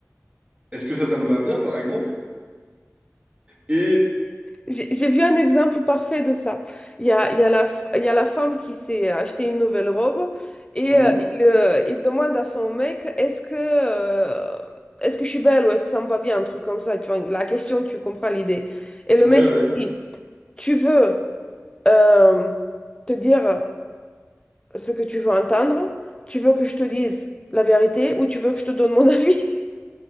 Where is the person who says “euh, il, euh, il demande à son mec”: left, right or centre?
Left